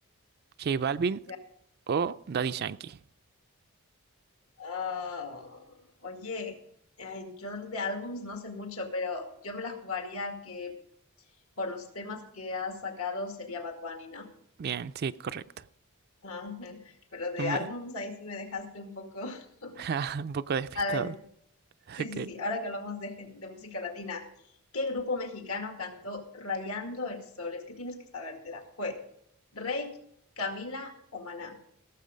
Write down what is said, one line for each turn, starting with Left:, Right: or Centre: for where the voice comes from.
Right: J Balvin
Left: Ya.
Right: o Daddy Yankee?
Left: Ah, oye, ay, yo de álbums no sé mucho, pero yo me la jugaría que por los temas que has sacado sería Bad Bunny, ¿no?
Right: Bien, sí, correcto.
Left: Ah, <laughs> pero de
Right: Me-
Left: álbums ahí sí me dejaste un poco. <laughs>
Right: <laughs> Un poco despistado.
Left: A ver,
Right: <laughs>
Left: sí,
Right: Ok.
Left: sí, sí, ahora que hablamos de, gen- de música latina, ¿qué grupo mexicano cantó Rayando el Sol? Es que tienes que sabértela. ¿Fue Reik, Camila o Maná?